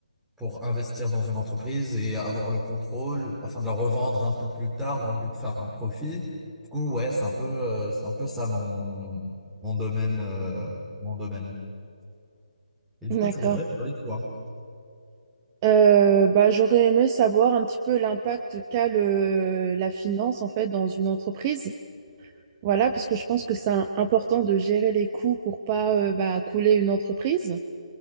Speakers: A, in the centre; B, on the right.
A: pour investir dans une entreprise et avoir le contrôle afin de la revendre un peu plus tard dans le but de faire un profit. Du coup, ouais, c'est un peu euh, c'est un peu ça mon mon domaine euh, mon domaine. Et du
B: D'accord.
A: coup, tu voudrais parler de quoi?
B: Euh, bah, j'aurais aimé savoir un petit peu l'impact qu'a le, la finance en fait dans une entreprise. Voilà, parce que je pense que c'est un- important de gérer les coûts pour pas euh, bah, couler une entreprise.